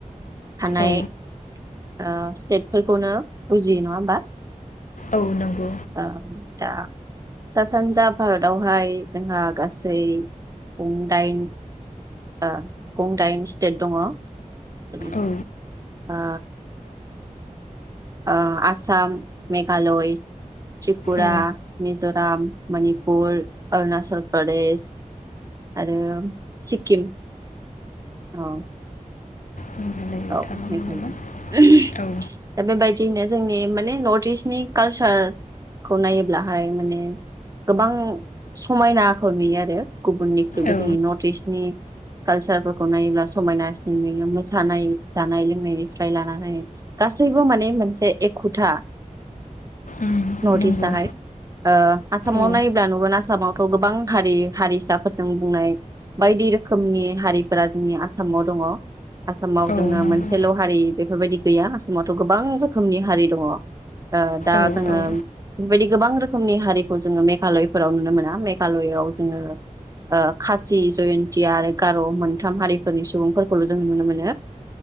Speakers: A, on the right; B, on the left.
A: थानाय
B: औ
A: ओ स्टेट फोरफोरखौनो बुजियो नङा होमबा?
B: औ नंगौ
A: ओं दा सा सानजा भारतआवहाय जोंहा गासै गंदाइन ओ गंदाइन स्टेट दङ जेरै
B: औ
A: आ ओ आसाम मेघालय त्रिपुरा
B: औ
A: मिज राम मणपुर अरुणाचल प्रदेश आरो सिख खिम औ
B: मेघालयआव
A: औ
B: थाङामोन
A: मेघालय
B: नामा औ
A: दा बेबायदियैनो जोंनि माने नर्थ इस्टनि कालसारखौ नायोब्लाहाय माने गोबां समायनाखौ नुयो आरो गुबुननिख्रुइबो
B: औ
A: जोंनि नर्थ इस्टनि कालसारफोरखौ नायोब्ला समायनासिन नुयो मोसानाय जानाय लोंनायनिफ्राय लानानै गासैबो माने मोनसे एखुथा
B: उम
A: नर्थ
B: नंगौ
A: इस्ट आहाय ओ आसामाव
B: औ
A: नायोब्ला नुगोन आसामाव गोबां हारि हारिसाफोरजों बुंनाय बायदि रोखोमनि हारिफोरा जोंनि आसामाव दङ आसामाव जोङो
B: औ नंगौ
A: मोनसेल' हारि बेफोरबायदि गैया आसामावथ' गोबां रोखोमनि हारि दङ ओ दा
B: औ
A: जोङो
B: औ
A: बेबायदि गोबां रो खोमनि हारिखौ जोङो मेघालयफोराव नुनो मोना मेघालयआव जोङो ओ खासि, जयन्तिया आरो गार' मोनथाम हारिफोरनि सुबुंफोरखौल' जोङो नुनो मोनो।